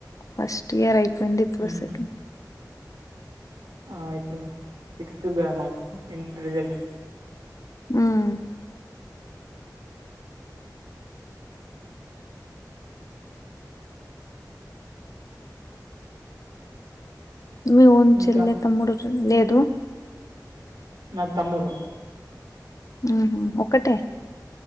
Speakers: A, on the left; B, on the right.
A: ఫస్ట్ ఇయర్ అయిపోయింది ఇప్పుడు
B: ఉహు
A: సెకండ్
B: ఆ ఇప్పుడు సిక్స్త్ దా మార్క్స్ ఇన్ రిజల్ట్
A: ఉమ్ మీ ఓన్ చెల్లె
B: ఇంకా
A: తమ్ముడు చెన్ లేదు
B: నాకు తమ్ముడు
A: ఉమ్ ఒక్కటె